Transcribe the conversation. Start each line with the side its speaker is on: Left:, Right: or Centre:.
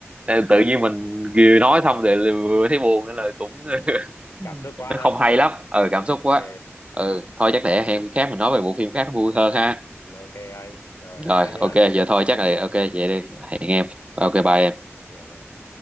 Right: tự nhiên mình vừa nói xong thì vừa thấy buồn nên là cũng <laughs>
Left: cảm xúc quá
Right: nó
Left: ha
Right: không hay lắm ừ
Left: ừ,
Right: cảm xúc
Left: ok
Right: quá ừ thôi chắc để hẹn khác mình nói về bộ phim khác nó vui hơn ha
Left: Ừ, ok anh rồi bye
Right: rồi
Left: bye nha
Right: ok giờ thôi chắc là ok vậy đi hẹn em ok bye
Left: dạ
Right: em
Left: dạ dạ.